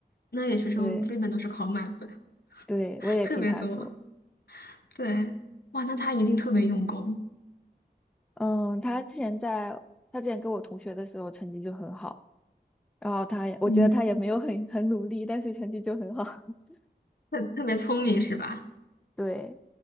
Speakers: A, on the left; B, in the centre.
A: 那里学生基本都是考满分，
B: 对，对，
A: <laughs>
B: 我也听他说。
A: 特别多。对，哇，那他一定特别用功，
B: 嗯，他之前在他之前跟我同学的时候成绩就很好，然后他也我觉得他也没有很很努力，
A: 嗯，
B: 但是成绩就很好。<laughs>
A: 特特别聪明是吧？
B: 对，